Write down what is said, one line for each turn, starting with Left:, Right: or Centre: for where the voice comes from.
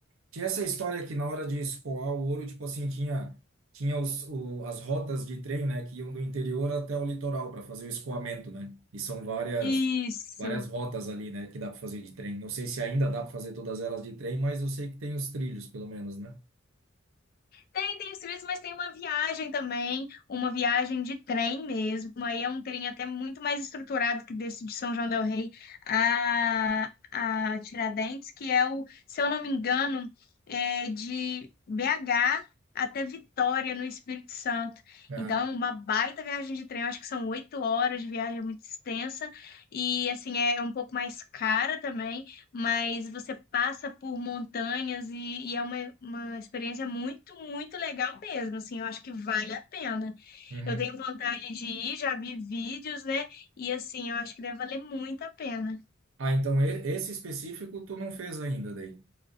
Right: Tinha essa história que na hora de escoar o ouro, tipo assim, tinha, tinha os, o, as rotas de trem, né, que iam do interior até o litoral para fazer o escoamento, né? E são várias,
Left: Isso.
Right: várias rotas ali, né, que dá para fazer de trem. Não sei se ainda dá para fazer todas elas de trem, mas eu sei que tem os trilhos, pelo menos, né?
Left: Tem, tem os serviços, mas tem uma viagem também, uma viagem de trem mesmo. Aí é um trem até muito mais estruturado que desse de São João del Rei a, a Tiradentes, que é o, se eu não me engano, é de BH até Vitória, no Espírito Santo.
Right: Ah,
Left: Então, é uma baita viagem de trem. Eu acho que são oito horas de viagem, é muito extensa. E, assim, é um pouco mais cara também mas você passa por montanhas e, e é uma, uma experiência muito, muito legal mesmo, assim, eu acho que vale a pena.
Right: uhum.
Left: Eu tenho vontade de ir, já vi vídeos, né? E assim, eu acho que deve valer muito a pena.
Right: Ah, então e- esse específico tu não fez ainda daí.